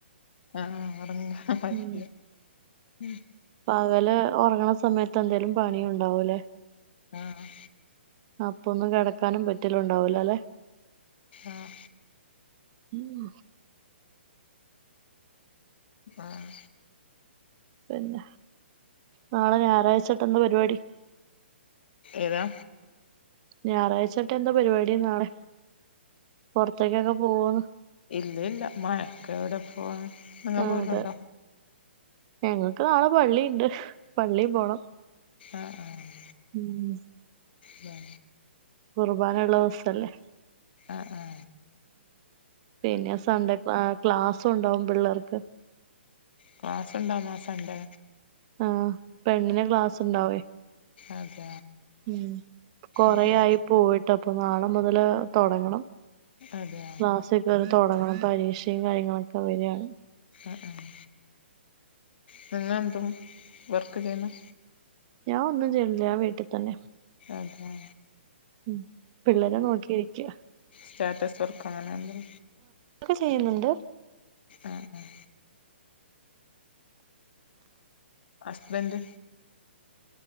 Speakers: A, on the left (about 60°); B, on the right (about 35°).
A: ആഹ് ഉറങ്ങ പറ്റില്ല
B: ഉം
A: ഉം.
B: പകല് ഉറങ്ങണ സമയത്ത് എന്തേലും പണി ഉണ്ടാവൂല്ലേ
A: ആ ആഹ്.
B: അപ്പൊന്നും കിടക്കാനും പറ്റലുണ്ടാവൂല ല്ലെ?
A: ആഹ്
B: ഉം..
A: ആഹ്
B: പിന്നെ നാളെ ഞായറാഴ്ആയിട്ട് എന്താ പരിപാടി
A: ഏതാ
B: ഞായറാഴ്ചട്ട് എന്താ പരിപാടി നാളെ പുറത്തേക്കൊക്കെ പോവന്ന്
A: ഇല്ലല്ല മഴൊക്കെ എവിടെ പോവാൻ നിങ്ങൾ
B: ആഹ്
A: പോവലുണ്ടോ
B: അതെ ഞങ്ങക്ക് നാളെ പള്ളി ഇണ്ട് പള്ളി പോണം
A: ആഹ് ആഹ്...
B: ഉമ്
A: ബാ
B: കുർബാന ഉള്ളോസ്സല്ലേ
A: ആഹ് ആഹ്
B: പിന്നെ സൺഡേ ക്ലാസ് ഉണ്ടാവും പിള്ളേർക്ക്
A: ക്ലാസ് ഉണ്ടാവുമോ സൺഡേ
B: ആഹ് പെണ്ണിന് ക്ലാസ് ഉണ്ടാവയ്
A: അതെയോ
B: ഉം കൊറേ
A: ആഹ്
B: ആയി പോയിട്ട അപ്പോ നാളെ മുതല് തൊടങ്ങണം.
A: അതെ
B: ക്ലാസ്സൊക്കെ അവടെ തുടങ്ങണം പരീക്ഷയും കാര്യങ്ങളൊക്കെ വരയാണ്.
A: ആ ആഹ് പിന്നെന്തൂം വർക്ക് ചെയ്യുന്നേ
B: ഞാ ഒന്നും ചെയ്ണില്ല ഞാൻ വീട്ട്തന്നെ
A: അതെ
B: ഉം പിള്ളേരെ നോക്കിയിരിക്ക്യാ
A: സ്റ്റാറ്റസ് വർക്ക്‌ ആണല്ലെ
B: ഒക്കെ ചെയ്യല്ണ്ട്
A: ആഹ് ആഹ്. ഹസ്ബൻഡ്